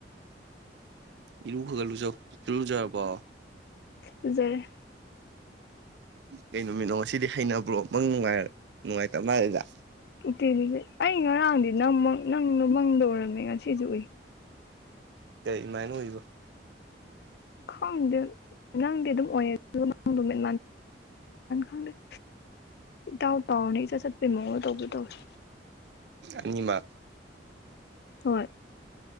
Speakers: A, on the right (about 70°); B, on the left (about 60°).
A: ꯏꯔꯨ ꯈꯒꯠꯂꯨꯖꯧ ꯏꯂꯨꯖꯔꯕꯣ
B: ꯂꯨꯖꯔꯦ
A: ꯀꯩ ꯅꯨꯃꯤꯠꯅꯣ ꯉꯁꯤꯗꯤ ꯍꯩꯅꯕ꯭ꯔꯣ ꯄꯅꯨꯡꯃꯨ ꯅꯨꯡꯉꯥꯏꯇꯔ ꯃꯥꯜꯂꯤꯗꯥ
B: ꯎꯠꯇꯦ ꯑꯩ ꯉꯔꯥꯡꯗꯤ ꯅ ꯅꯪꯅ ꯃꯪꯗꯥ ꯎꯔꯝꯃꯤ ꯉꯁꯤꯁꯨ ꯎꯏ
A: ꯏꯃꯥꯏꯅꯨ ꯑꯩꯕꯨ
B: ꯈꯪꯗꯦ ꯅꯪꯗꯤ ꯑꯗꯨꯝ ꯑꯣꯏꯌꯦ ꯑꯗꯨ <unintelligible> ꯍꯟꯗꯛ ꯏꯇꯥꯎ ꯇꯥꯎꯅꯤ ꯏꯖꯠ ꯆꯠꯄ ꯃꯑꯣꯡ ꯇꯧꯕꯗꯨ ꯇꯧꯋꯤ
A: ꯑꯅꯤꯃꯛ
B: ꯍꯣꯏ